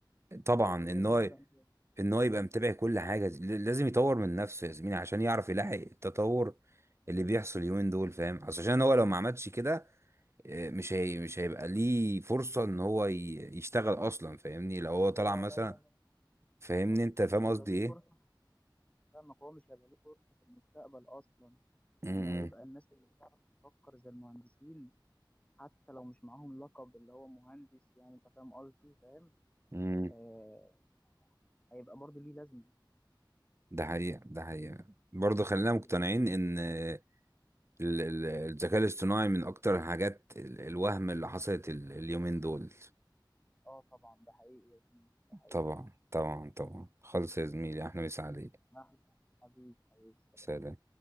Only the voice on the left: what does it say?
هتقول
ايه ان
هو يبقى مثابه
لا
لا
لا لا لا
خالص
مش هيبقى
ليه
فرصه فاهمك هو مش هيبقى ليه فرصة في المستقبل أصلا يعني
هيبقى الناس اللي بتعرف تفكر زي المهندسين حتى لو مش معاهم لقب اللي هو مهندس يعني أنت فاهم قصدي فاهم
آه هيبقى برضه ليه لازمة
ده
حقيقي
يعني
أه طبعا ده حقيقي يا زميلي ده حقيقي
أهلا حبيبي حبيبي سلام.